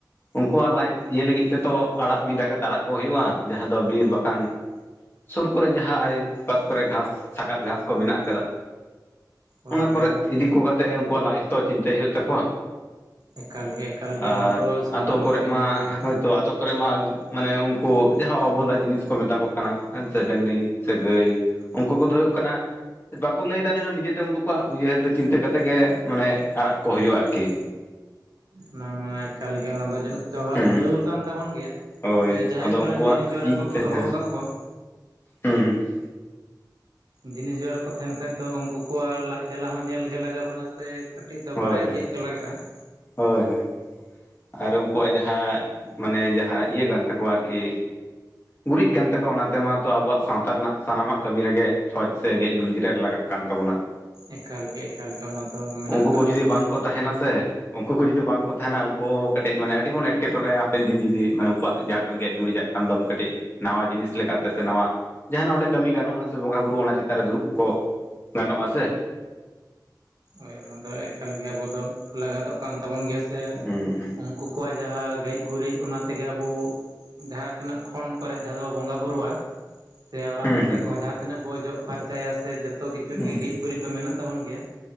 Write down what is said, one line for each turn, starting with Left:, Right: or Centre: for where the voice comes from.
Left: ᱩᱱᱠᱩᱣᱟᱜ ᱞᱟᱡ ᱤᱭᱟᱹ ᱞᱟᱹᱜᱤᱫ ᱛᱮ ᱛᱚ ᱟᱲᱟᱜ ᱢᱤᱫ ᱤᱫᱷᱟ ᱜᱮ ᱛᱟᱨᱟᱜ ᱠᱚ ᱦᱩᱭᱩᱜᱼᱟ᱾ ᱡᱟᱦᱟᱸ ᱫᱚ ᱵᱤᱨ ᱵᱟᱠᱷᱟᱱ ᱥᱩᱨ ᱠᱚᱨᱮ ᱡᱟᱦᱟᱸ ᱟᱲᱮ ᱯᱟᱥ ᱠᱚᱨᱮ ᱜᱷᱟᱥ ᱥᱟᱜᱟᱛ ᱜᱷᱟᱥ ᱠᱚ ᱢᱮᱱᱟᱜ ᱟᱠᱟᱫᱟ᱾
Right: ᱦᱳᱭ
Left: ᱚᱱᱟ
Right: ᱦᱳᱭ
Left: ᱠᱚᱨᱮᱜ ᱤᱫᱤ ᱠᱚ ᱠᱟᱛᱮᱜ ᱩᱱᱠᱩᱣᱟᱜ ᱞᱟᱡ ᱦᱚ ᱛᱚ ᱪᱤᱱᱛᱟᱹᱭ ᱦᱩᱭᱩᱜ ᱛᱟᱠᱚᱣᱟ᱾
Right: ᱮᱠᱟᱞ ᱜᱮ ᱮᱠᱟᱞ ᱜᱮ
Left: ᱟᱨ
Right: ᱚᱱᱟ ᱫᱚ ᱥᱟᱱᱟᱢ
Left: ᱟᱹᱛᱩ ᱠᱚᱨᱮ
Right: ᱠᱚᱜᱮ
Left: ᱢᱟ
Right: ᱧᱮᱞ ᱦᱩᱭᱩᱜᱼᱟ
Left: ᱛᱚ ᱟᱛᱳ ᱠᱚᱨᱮ ᱢᱟ ᱢᱟᱱᱮ ᱩᱱᱠᱩ ᱡᱟᱦᱟᱸ ᱚᱵᱚᱞᱟ ᱡᱤᱱᱤᱥ ᱠᱚ ᱢᱮᱛᱟ ᱠᱚ᱾ ᱦᱮᱥᱮ ᱰᱟᱹᱝᱨᱤ ᱥᱮ ᱜᱟᱹᱭ ᱩᱱᱠᱩ ᱩᱱᱠᱩ ᱠᱚ ᱫᱚ ᱦᱩᱭᱩᱜ ᱠᱟᱱᱟ ᱵᱟᱠᱚ ᱞᱟᱹᱭ ᱫᱟᱲᱮᱜ-ᱟ, ᱱᱤᱡᱮ ᱛᱮ ᱩᱱᱠᱩᱣᱟᱜ ᱩᱭᱦᱟᱹᱨ ᱫᱚ ᱪᱤᱱᱛᱟᱹ ᱠᱟᱛᱮ ᱛᱮᱜᱮ ᱢᱟᱱᱮ ᱟᱲᱟᱜ ᱠᱚ ᱦᱩᱭᱩᱜᱼᱟ ᱟᱨᱠᱤ᱾
Right: ᱚᱱᱟ ᱢᱟ ᱮᱠᱟᱞ ᱜᱮ ᱚᱱᱟ ᱫᱚ ᱡᱚᱛᱚ ᱦᱚᱲᱟᱜ
Left: ᱦᱩᱸ
Right: ᱡᱟᱹᱨᱩᱲ ᱠᱟᱱ ᱛᱟᱵᱚᱱ ᱜᱮᱭᱟ᱾
Left: ᱦᱳᱭ
Right: ᱥᱮ ᱡᱟᱦᱟᱸᱭ
Left: ᱟᱫᱚ
Right: ᱠᱚᱨᱮᱱ
Left: ᱩᱱᱠᱩᱣᱟᱜ
Right: ᱡᱤᱱᱤᱥ ᱡᱟ
Left: ᱤᱡ
Right: ᱠᱚᱵᱚ
Left: ᱛᱮ
Right: ᱫᱚᱦᱚ
Left: ᱦᱮᱸ
Right: ᱟᱠᱟᱫ ᱠᱚᱣᱟ
Left: ᱦᱩᱸ ᱦᱩᱸ ᱾
Right: ᱡᱤᱱᱤᱥ ᱡᱚᱨᱟ ᱠᱚ ᱛᱟᱦᱮᱱ ᱠᱷᱟᱡ ᱫᱚ ᱩᱱᱠᱩ ᱠᱚᱣᱟᱜ ᱞᱟᱡ ᱡᱟᱞᱟ ᱦᱚᱸ ᱧᱮᱞ ᱜᱮ ᱞᱟᱜᱟ ᱵᱚᱱᱟ ᱥᱮ ᱠᱟᱹᱴᱤᱡ ᱫᱚ
Left: ᱦᱳᱭ
Right: ᱵᱟᱲᱟᱭ
Left: ᱦᱳᱭ
Right: ᱛᱤᱭᱳᱜ ᱜᱮ ᱞᱟᱜᱟᱜᱼᱟ ᱾
Left: ᱦᱳᱭ ᱦᱳᱭ ᱾ ᱟᱨ ᱩᱱᱠᱩᱣᱟᱜ ᱡᱟᱦᱟᱸ ᱢᱟᱱᱮ ᱡᱟᱦᱟᱸ ᱤᱭᱟᱹ ᱠᱟᱱ ᱛᱟᱠᱚᱣᱟ ᱟᱨᱠᱤ ᱜᱩᱨᱤᱡ ᱠᱟᱱ ᱛᱟᱠᱚᱣᱟ ᱚᱱᱟ ᱛᱮᱢᱟ ᱛᱚ ᱟᱵᱚᱣᱟᱜ ᱥᱟᱶᱛᱟ ᱨᱮᱱᱟᱜ ᱥᱟᱱᱟᱢᱟᱜ ᱠᱟᱹᱢᱤ ᱨᱮᱜᱮ ᱪᱷᱚᱸᱪ ᱥᱮ ᱜᱮᱡ ᱜᱩᱨᱤᱡ ᱨᱮ ᱞᱟᱜᱟᱜ ᱠᱟᱱ ᱛᱟᱵᱚᱱᱟ ᱾
Right: ᱮᱠᱟᱞ ᱜᱮ ᱮᱠᱟᱞ ᱜᱮ ᱚᱱᱟ ᱫᱚ ᱢᱮᱱᱟᱜ
Left: ᱩᱱᱠᱩ
Right: ᱛᱟᱵᱚᱱ
Left: ᱠᱚ ᱡᱩᱫᱤ
Right: ᱜᱮᱭᱟ
Left: ᱵᱟᱝ ᱠᱚ ᱛᱟᱦᱮᱱᱟ ᱥᱮ ᱩᱱᱠᱩ ᱠᱚ ᱡᱩᱫᱤ ᱵᱟᱝ ᱠᱚ ᱛᱟᱦᱮᱱᱟ ᱩᱱᱠᱩ ᱠᱟᱹᱴᱤᱡ ᱢᱟᱱᱮ ᱟᱹᱰᱤ ᱵᱚᱱ ᱮᱴᱠᱮᱴᱚᱬᱮᱭᱟ ᱦᱟᱯᱮᱱ ᱫᱤᱱ ᱡᱩᱫᱤ ᱢᱟᱱᱮ ᱩᱱᱠᱩᱣᱟᱜ ᱡᱟᱦᱟᱸ ᱠᱟᱱᱟ ᱜᱮᱡ ᱜᱩᱨᱤᱡᱟ᱾ ᱠᱷᱟᱱ ᱫᱚᱢ ᱠᱟᱹᱴᱤᱡ ᱱᱟᱣᱟ ᱡᱤᱱᱤᱥ ᱞᱮ ᱠᱟᱛᱮ ᱥᱮ ᱱᱟᱣᱟ ᱡᱟᱦᱟᱱᱟᱜ ᱚᱸᱰᱮ ᱠᱟᱹᱢᱤ ᱜᱟᱱᱚᱜ ᱟ ᱥᱮ ᱵᱚᱸᱜᱟ ᱵᱩᱨᱩ ᱚᱱᱟ ᱪᱮᱛᱟᱱ ᱨᱮ ᱫᱩᱲᱩᱵ ᱠᱚ ᱜᱟᱱᱚᱜ ᱟᱥᱮ?
Right: ᱦᱳᱭ ᱚᱱᱟ ᱫᱚ ᱮᱠᱟᱞ ᱜᱮ ᱠᱚ ᱟᱵᱚ ᱫᱚ ᱞᱟᱜᱟᱛᱚᱜ ᱠᱟᱱ ᱛᱟᱵᱚᱱ ᱜᱮᱭᱟ ᱥᱮ
Left: ᱦᱩᱸ ᱦᱩᱸ
Right: ᱩᱱᱠᱩ ᱠᱚᱣᱟᱜ ᱡᱟᱦᱟᱸ ᱜᱮᱡ ᱜᱩᱨᱤᱡ ᱚᱱᱟ ᱛᱮᱜᱮ ᱟᱵᱚ ᱡᱟᱦᱟᱸ ᱛᱤᱱᱟᱹᱜ ᱠᱷᱚᱱ ᱠᱚᱨᱮ ᱡᱟᱦᱟᱸ ᱫᱚᱵᱚ ᱵᱚᱸᱜᱟ ᱵᱩᱨᱩᱜᱼᱟ, ᱥᱮ ᱚᱲᱟᱜ
Left: ᱦᱩᱸ
Right: ᱨᱟᱪᱟ ᱠᱚᱦᱚᱸ ᱡᱟᱦᱟᱸ ᱛᱤᱱᱟᱹᱜ ᱵᱚ ᱡᱚᱜ ᱯᱷᱟᱨᱪᱟᱭᱟ ᱥᱮ ᱡᱚᱛᱚ ᱠᱤᱪᱷᱩ
Left: ᱦᱩᱸ
Right: ᱨᱮᱜᱮ ᱜᱮᱡ ᱜᱩᱨᱤᱡ ᱫᱚ ᱢᱮᱱᱟᱜ ᱛᱟᱵᱚᱱ ᱜᱮᱭᱟ ᱾